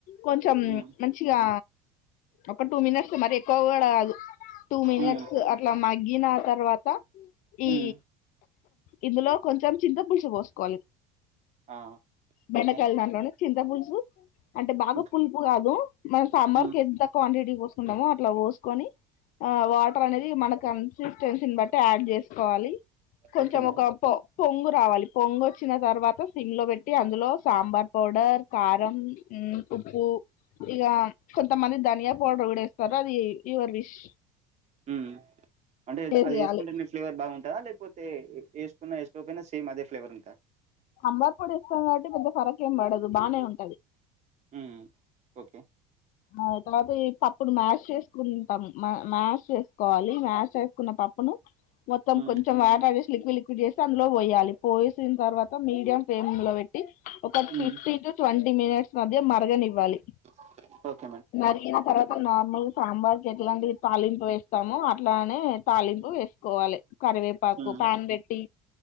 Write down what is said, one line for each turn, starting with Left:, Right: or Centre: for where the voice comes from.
Left: కొంచెం
Right: మ్మ్
Left: మంచిగా ఒక టూ మినిట్స్ మరి ఎక్కువ కూడా కాదు టూ మినిట్స్
Right: మ్మ్
Left: అట్ల మగ్గిన తర్వాత ఈ
Right: మ్మ్
Left: ఇందులో కొంచెం చింత పులుసు పోసుకోవాలి
Right: ఆ
Left: బెండకాయల
Right: ఓకే
Left: దాంట్లోనే చింత పులుసు, అంటే బాగా
Right: ఓకే.
Left: పులుపు కాదు మనం సాంబార్
Right: హ్మ్
Left: కి ఎంత క్వాంటిటీ పోసుకుంటామో ఇట్లా పోసుకొని ఆ వాటర్ అనేది మన కన్సిస్టెన్సీని బట్టి ఆడ్ చేసుకోవాలి కొంచం
Right: ఓకే మేడం
Left: ఒక పొంగు రావాలి పొంగు ఒచ్చిన తర్వాత సిమ్ లో పెట్టి అందులో సాంబార్ పౌడర్ కారం ఉమ్ ఉప్పు ఇగ కొంతమంది ధనియా పౌడర్ కూడా ఏస్తరు అది యువర్ విష్
Right: ఉమ్ అంటే అది
Left: వేయాలి
Right: ఏసుకుంటేనే ఫ్లేవర్ బాగుంటదా లేకపో తే వేసుకున్నా ఏసుకోకపోయినా సేమ్ అదే ఫ్లేవర్ ఉంటదా
Left: సాంబార్ పొడి ఏస్తం కాబట్టి పెద్ద ఫరక్ ఏం బడదు బానే ఉం
Right: ఊమ్ ఓకే
Left: ఆ తర్వాత ఈ పప్పును మ్యాష్ చేసుకుంటము మ మ్యాష్ చేసుకోవాలి మ్యాష్ చేసుకున్న పప్పును మొత్తం
Right: హ్మ్
Left: కొంచెం వాటర్ ఏసీ లిక్విడ్ లిక్విడ్ చేసి అందులో పొయ్యాలి పోసిన తర్వాత మీడియం ఫ్లేమ్ లో పెట్టి ఒక
Right: హ్మ్
Left: ఫిఫ్టీన్ టు ట్వంటీ మినిట్స్ మధ్య మరగనివ్వాలి
Right: <inaudible>
Left: మరిగిన తర్వాత నార్మల్ సాంబార్కి ఎట్లాంటి తాలింపు వేస్తామో అట్లానే తాలింపు వేస్ కోవాలి కరివేపాకు
Right: హ్మ్
Left: ప్యాన్ బెట్టి